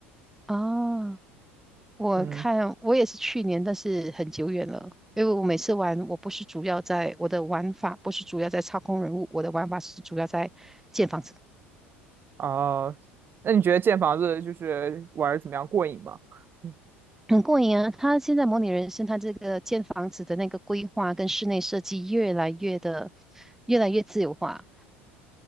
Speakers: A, in the centre; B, on the right (about 30°).
A: 啊，我看我也是去年，
B: 嗯，
A: 但是很久远了。因为我每次玩，我不是主要在我的玩法，不是主要在操控人物，我的玩法是主要在建房子，
B: 啊、那你觉得建房子就是玩儿怎么样过瘾吗？<laughs>
A: 很过瘾啊。他现在模拟人生，他这个建房子的那个规划跟室内设计越来越的越来越自由化。